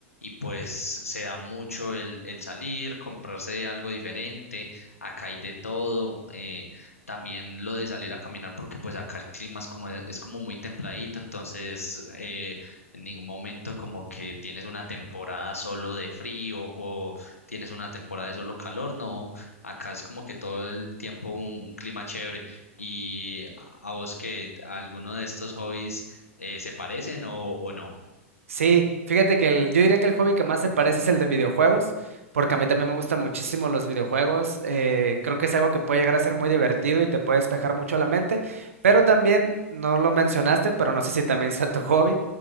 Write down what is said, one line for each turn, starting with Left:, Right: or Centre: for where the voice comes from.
Left: pues se da mucho el, el salir, comprarse algo diferente, acá hay de todo, eh, también lo de salir a caminar porque pues acá el clima es como, es como muy templadito, entonces eh, en ningún momento como que tienes una temporada solo de frío o tienes una temporada de solo calor, no, acá es como que todo el tiempo un, un clima chévere y a, a vos que alguno de estos hobbies eh, se parecen o, o no.
Right: Sí, fíjate que el- yo diría que el hobby que más se parece es el de videojuegos, porque a mí también me gustan muchísimo los videojuegos. eh, creo que es algo que puede llegar a ser muy divertido y te puede despejar mucho la mente, pero también, no lo mencionaste, pero no sé si también sea tu hobby,